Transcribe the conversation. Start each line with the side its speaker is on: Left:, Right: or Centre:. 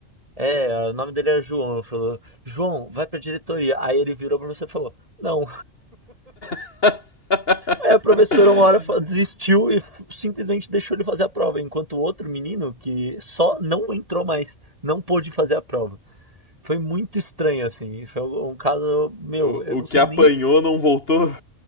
Right: é, é, o nome dele era João. Falou, João, vai pra diretoria. Aí ele virou pra você e falou, não.
Left: <laughs>
Right: Aí a professora uma hora fa- desistiu e f- simplesmente deixou ele fazer a prova, enquanto o outro menino que só não entrou mais, não pôde fazer a prova. Foi muito estranho, assim. Foi um um caso, meu,
Left: O,
Right: eu
Left: o
Right: não
Left: que
Right: sei
Left: apanhou
Right: nem.
Left: não voltou?